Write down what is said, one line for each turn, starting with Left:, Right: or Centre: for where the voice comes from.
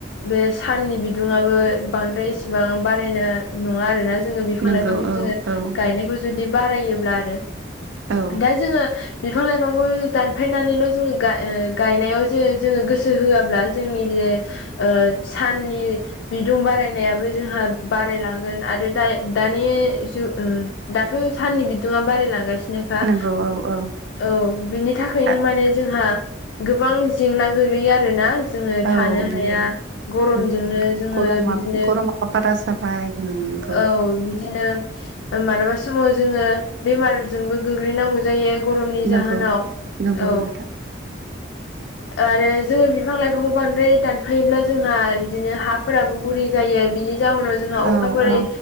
Left: बे साननि बिदुुंआबो बांद्राय एसेबां बारायनाय नङा आरोना जोङो बिफां
Right: नंगौ
Left: लाइफांखौ
Right: औ
Left: जोङो
Right: औ
Left: गायनायखौ जुदि बारायोब्ला आरो
Right: औ
Left: दा जोङो बिफां लाइफांखौ दानफायनानैल' जोङो गा-गायनायाव जो-जोङो गोसो होआब्ला जोंनि ज ओ साननि बिदुं बारायनायाबो जोंहा बारायलांगोन आरो दा-दानि जु ओ दाथ' साननि बिदुङा बारायलांगासिनोखा
Right: नंगौ औ औ
Left: औ बिनि थाखायनो
Right: आ
Left: माने जोंहा गोबां जेंना गोलैयो आरोना जोङो
Right: औ
Left: थानो हाया
Right: नंगौ
Left: गरमजोंनो
Right: उम
Left: जोङो
Right: गरमा
Left: बिदिनो
Right: <unintelligible>
Left: औ बिदिनो मालाबा समाव जोङो बेमारजोंबो गोग्लैनांगौ जायो गरमनि
Right: नंगौ
Left: जाहोनाव
Right: नंगौ
Left: औ
Right: नोंथां <inaudible>
Left: आरो जोङो बिफां लाइफांखौ बांद्राय दानफायोब्ला जोंहा बिदिनो हाफोराबो गुरै जायो बिनि जाउनाव जोंहा अखाफोरै
Right: औ औ